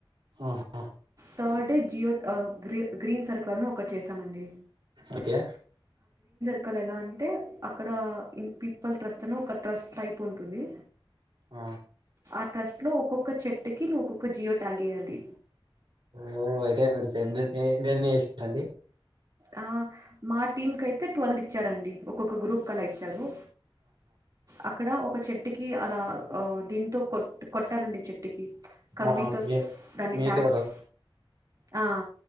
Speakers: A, on the right (about 60°); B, on the right (about 40°).
A: ఆహా.
B: థర్డ్ డే గ్రీ గ్రీన్ సర్కుల్ అని ఒకటి చేసామండి
A: ఓకే
B: క్కన ఎలా అంటే అక్కడ ఇన్ పీపుల్ ట్రస్ట్ అనే ఒక ట్రస్ట్ టైప్ ఉంటుంది.
A: ఆ
B: ఆ ట్రస్ట్ లో ఒక్కొక్క చెట్టు కి నువ్ ఒక్కొక్క జియో ట్యాగేయాలి.
A: ఓ అయితే మీరు సెన్నిటె మిరెన్ని చేసారండి.
B: ఆ మా టీం కైయితే ట్వుల్ ఇచ్చారండి. ఒక్కొక్క గ్రూప్ కలా ఇచ్చారు, అక్కడ ఒక చెట్ ట్టికి అలా ఆ దీంతో కొట్ కొట్టాలండి చెట్టికి కమ్మీతో
A: అవునవును మీ
B: దాన్ని
A: మీకు
B: ట్యా చేచి ఆ